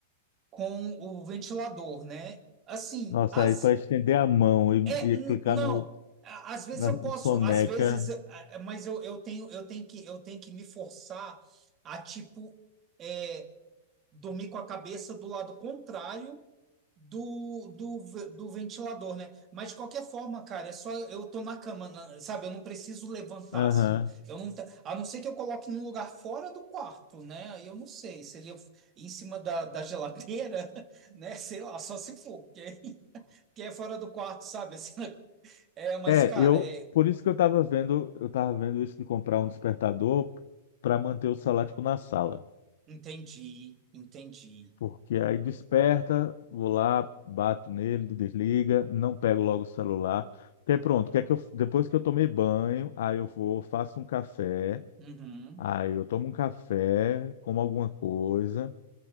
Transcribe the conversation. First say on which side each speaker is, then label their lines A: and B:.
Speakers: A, on the right; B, on the left.
A: com o ventilador, né? Assim,
B: Nossa,
A: as
B: aí para estender a mão e,
A: é,
B: e
A: n-
B: clicar
A: não,
B: no,
A: a- às vezes
B: na
A: eu posso,
B: soneca.
A: às vezes, a- mas eu, eu tenho, eu tenho que, eu tenho que me forçar a, tipo, é, dormir com a cabeça do lado contrário do, do, ve- do ventilador, né? Mas de qualquer forma, cara, é só eu tô na cama, na- sabe? Eu não preciso levantar
B: Aham.
A: assim. Eu não, te- a não ser que eu coloque num lugar fora do quarto, né? Aí eu não sei, seria em cima da, da geladeira, <laughs> né? Sei lá, só se for, porque, porque é fora do quarto, sabe? <laughs> Assim, né? É, mas,
B: É,
A: cara,
B: eu
A: é.
B: por isso que eu tava vendo, eu tava vendo isso de comprar um despertador para manter o celular tipo, na sala,
A: Entendi, entendi.
B: porque aí desperta, vou lá, bato nele, desliga, não pego logo o celular. Porque aí pronto, que é que eu, depois que eu tomei banho, aí eu vou, faço um café,
A: Uhum,
B: aí eu tomo um café, como alguma coisa,